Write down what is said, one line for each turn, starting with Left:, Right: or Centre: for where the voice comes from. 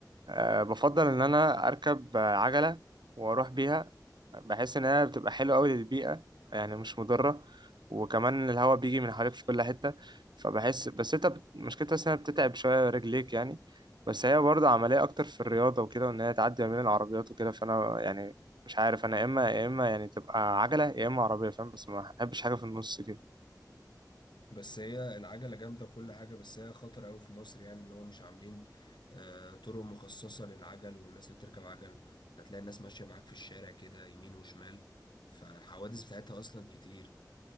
Right: أه بفضل إن أنا أركب آه، عجلة وأروح بيها بحس إن هي بتبقى حلوة أوي للبيئة يعني مش مضرة وكمان الهواء بيجي من حواليك في كل حتة فبحس بس أنت بت- مشكلتها بس إنها بتتعب شوية رجليك يعني بس هي برضه عملية أكتر في الرياضة وكده وإن هي تعدي ما بين العربيات وكده فأنا يعني مش عارف أنا يا إما يا إما يعني تبقى عجلة يا إما عربية فاهم بس ما أحبش حاجة في النص كده
Left: بس هي العجلة جامدة كل حاجة بس هي خطر أوي في مصر يعني إن هو مش عاملين آه، طرق مخصصة للعجل والناس اللي بتركب عجل هتلاقي الناس ماشية معاك في الشارع كده يمين وشمال فالحوادث بتاعتها أصلا كتير